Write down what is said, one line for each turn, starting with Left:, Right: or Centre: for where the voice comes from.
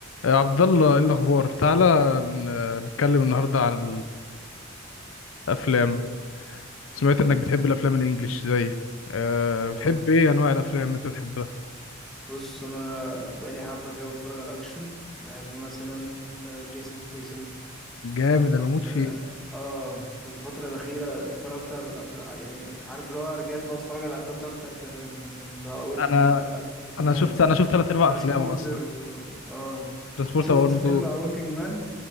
Left: يا عبد الله ايه الاخبار تعالى ن- نتكلم النهارده عن الافلام سمعت انك بتحب الافلام الانجليش زي أه بتحب
Centre: آه.
Left: ايه انواع الافلام اللي انت بتحبها
Centre: بص انا بقالي حبه كده بتفرج على الاكشن بحب مثلا آه، جيسون ستيسن
Left: جامد انا بموت فيه
Centre: اه آه، والفتره الاخيره اتفرجت على الافلام يعني عارف اللي هو رجعت بقى اتفرج على الافلام بتاعته بتاعت زمان مثلا اللي هو وركينج
Left: انا
Centre: مان لا وركينج
Left: انا
Centre: مان
Left: شفت انا شفت ثلاث ارباع
Centre: ترانسبورتر
Left: افلامه اصلا
Centre: و... اه
Left: ترانسبورتر
Centre: شفت
Left: 1 و
Centre: فيلم
Left: 2
Centre: وركينج مان